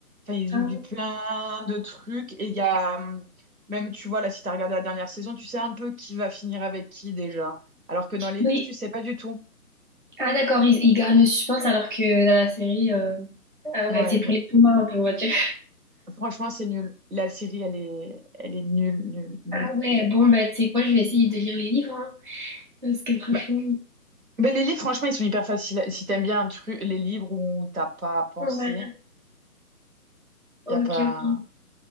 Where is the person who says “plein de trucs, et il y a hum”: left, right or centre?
Right